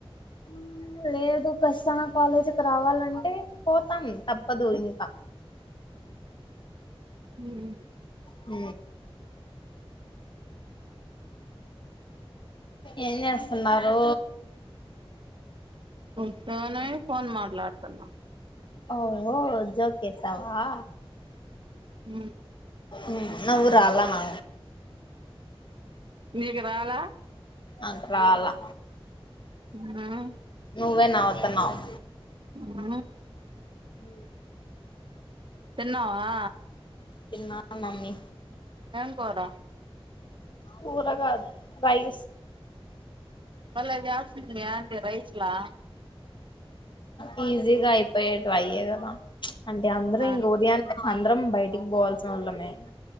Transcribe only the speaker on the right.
ఉమ్
ఉత్తగనే ఫోన్ మాట్లాడుతున్న
ఉ
నీకు రాల
హ
ఊ
తిన్నవా
ఏం కూర
వళ్ళ గ్యాస్ అంటే రైస్ గ్లా
ఆ